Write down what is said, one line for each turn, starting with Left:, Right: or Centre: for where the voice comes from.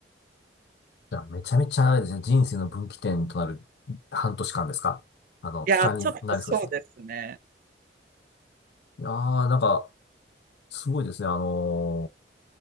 Left: じゃあ、めちゃめちゃあれですね、人生の分岐点となる半年間ですかあの、
Right: や、
Left: 期間になりそうですね。
Right: ちょっとそうですね。
Left: いやー、なんか、すごいですね。あの